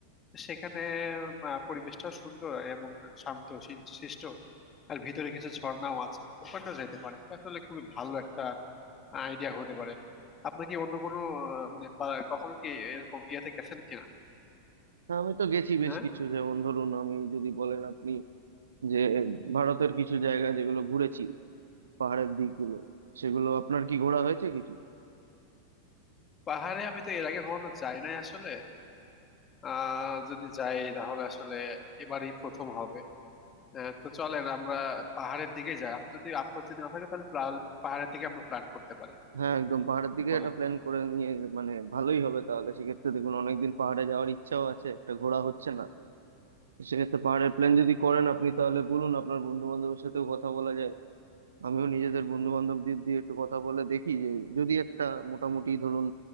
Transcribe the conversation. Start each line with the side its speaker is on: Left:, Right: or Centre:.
Left: সেখানে আহ, পরিবেশটাও সুন্দর এবং শান্ত শি- শিষ্ট আর ভিতরে কিছু ঝর্ণাও আছে ওখানটা যাইতে পারে এটা আসলে খুবই ভালো একটা আইডিয়া হতে পারে আপনার কি অন্য কোনো আহ, মানে বা- কখনো কি এরকম ইয়েতে গেছেন কিনা
Right: হ্যাঁ আমি তো গেছি বেশ
Left: হ্যাঁ
Right: কিছু যেমন ধরুন আমি যদি বলেন আপনি যে ভারতের কিছু জায়গা যেগুলো ঘুরেছি পাহাড়ের দিকগুলো সেগুলো আপনার কি ঘোরা হয়েছে কিছু
Left: পাহাড়ে আমি তো এর আগে কখনো যাই নাই আসলে আহ যদি যাই তাহলে আসলে এবারই প্রথম হবে আহ, তো চলেন আমরা পাহাড়ের দিকে যাই আপনি যদি আপত্তি না থাকে তাহলে প্লা- পাহাড়ের দিকে আমরা প্ল্যান করতে পারি
Right: হ্যাঁ একদম পাহাড়ের
Left: কি
Right: দিকে
Left: বলেন
Right: একটা প্ল্যান করে নিয়ে মানে ভালোই হবে তাহলে সেক্ষেত্রে দেখুন অনেকদিন পাহাড়ে যাওয়ার ইচ্ছাও আছে একটা ঘোরা হচ্ছে না সেক্ষেত্রে পাহাড়ের প্ল্যান যদি করেন আপনি তাহলে বলুন আপনার বন্ধু বান্ধবের সাথেও কথা বলা যায় আমিও নিজেদের বন্ধু বান্ধবদের দিয়ে একটু কথা বলে দেখি যে যদি একটা মোটামুটি ধরুন